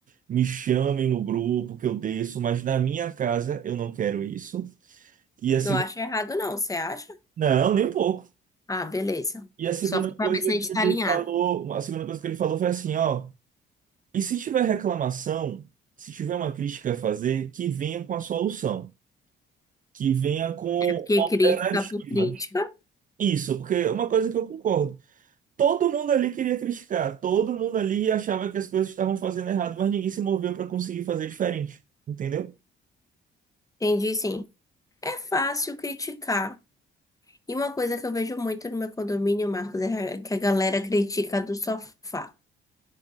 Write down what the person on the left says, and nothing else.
Não acho errado, não. Você acha?
Ah, beleza.
Só
pra saber se a
gente
tá alinhado.
É porque
crítica por crítica.
Entendi, sim. É fácil criticar. E uma coisa que eu vejo muito no meu condomínio, Marcos, é que a galera critica do sofá.